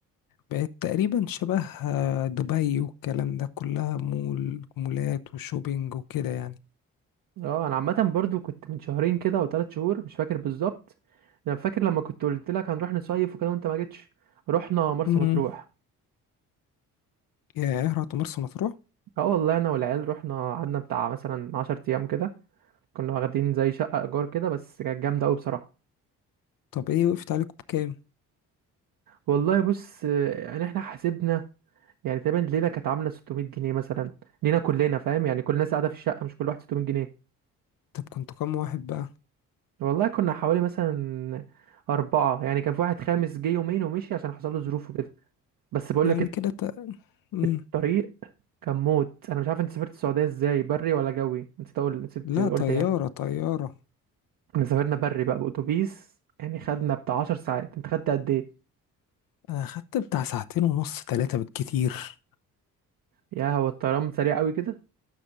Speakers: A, on the left; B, on the right.
A: بقت تقريبا شبه آه، دبي والكلام ده كلها مول مولات وشوبينج وكده يعني
B: اه انا عامه برضو كنت من شهرين كده او ثلاث شهور مش فاكر بالظبط انا فاكر لما كنت قلت لك هنروح نصيف وكده وانت ما جيتش رحنا مرسى
A: امم
B: مطروح
A: يا ايه رحت مرسى مطروح
B: اه والله انا والعيال رحنا قعدنا بتاع مثلا 10 ايام كده كنا واخدين زي شقه ايجار كده بس كانت جامده قوي بصراحه
A: طب ايه وقفت عليكم بكام
B: والله بص آه، يعني احنا حاسبنا يعني تقريبا الليله كانت عامله 600 جنيه مثلا لينا كلنا فاهم يعني كل الناس قاعده في الشقه مش كل واحد 600 جنيه
A: طب كنتوا كام واحد بقى
B: والله كنا حوالي مثلا أربعة يعني كان في واحد خامس جه يومين ومشي عشان حصل له ظروف وكده بس بقول
A: يعني
B: لك إيه،
A: كده تق... مم.
B: الطريق كان موت انا مش عارف انت سافرت السعوديه ازاي بري ولا جوي نسيت اقول نسيت
A: لا
B: قلت
A: طيارة
B: يعني
A: طيارة
B: احنا سافرنا بري بقى باتوبيس يعني خدنا بتاع 10 ساعات انت خدت قد ايه
A: انا خدت بتاع ساعتين ونص ثلاثة بالكتير
B: يا هو الطيران سريع قوي كده